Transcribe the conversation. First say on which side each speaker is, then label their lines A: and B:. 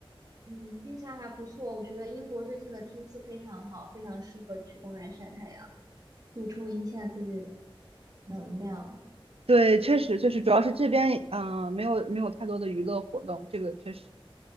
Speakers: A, on the right; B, on the right.
A: 嗯，听起来还不错。我觉得英国最近的天气非常好，非常适合去公园晒太阳，补充一下自己的能量。
B: 对，确实就是，主要是这边嗯、呃没有没有太多的娱乐活动，这个确实，